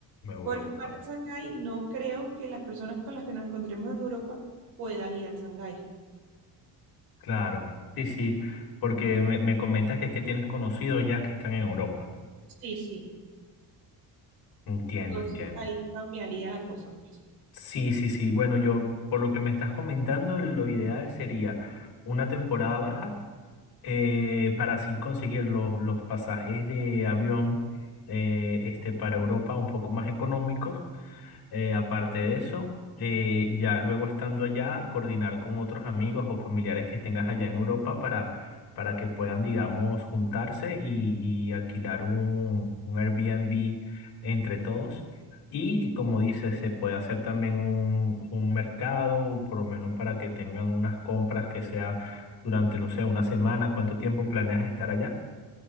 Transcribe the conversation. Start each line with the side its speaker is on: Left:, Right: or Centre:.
Left: Europa?
Right: porque para Shanghái no creo que las personas con las que nos encontremos en Europa puedan ir a Shanghái.
Left: Claro, sí, sí, porque me, me comentas que es que tienes conocidos ya que están en Europa.
Right: Sí, sí.
Left: Entiendo,
Right: Entonces
Left: entiendo.
Right: ahí cambiaría la cosa, pues.
Left: Sí, sí, sí. Bueno, yo, por lo que me estás comentando, lo ideal sería una temporada baja eh, para así conseguir los, los pasajes de avión eh, este, para Europa un poco más económicos eh, aparte de eso, eh, ya luego estando allá, coordinar con otros amigos o familiares que tengas allá en Europa para, para que puedan, digamos, juntarse y, y alquilar un, un Airbnb entre todos. Y, y como dices, se puede hacer también un, un mercado, por lo menos para que tengan unas compras que sea durante, no sé, una semana. ¿Cuánto tiempo planeas estar allá?